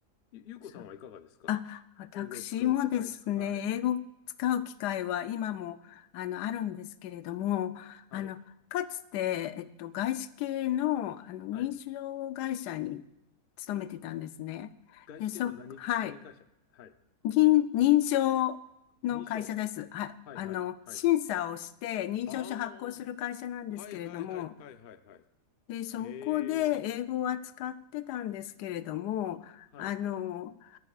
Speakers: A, on the left; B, on the left.
A: ゆ、ゆうこさんはいかがですか
B: そうあ、私もですね、
A: 英語を使う機会。はい。
B: 英語を使う機会は今も、あの、あるんですけれども、
A: はい。
B: あの、かつて、えっと、外資系の、あの、
A: はい。
B: 認証会社に勤めてたんですね。
A: 外資系の何、
B: で、そ、はい。
A: 何会社はい。
B: 認、認証の会社です。
A: 認証。
B: はい。
A: はい、
B: あの、
A: はい、はい。
B: 審査をして認証書発行する会社なんですけれども、
A: ああ、はいはいはいはいはいはい。
B: で、そこで英語は使ってたんですけれども、
A: ええ、はい、
B: あの、